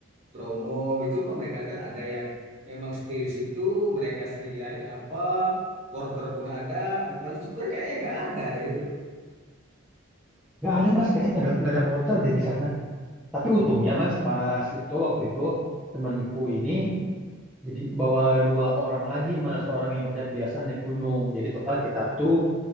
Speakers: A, on the right; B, in the centre.
A: Bromo gitu. Memang mereka kan ada yang memang stay di situ, mereka sediain apa, porter pun ada. Nah kalau di Cikura kayaknya nggak ada deh itu.
B: Nggak ada mas kayaknya nggak ada nggak ada porter deh di sana. Tapi untungnya mas pas itu waktu itu temanku ini jadi bawa dua orang lagi mas orang yang udah biasa naik gunung. Jadi total kita tuh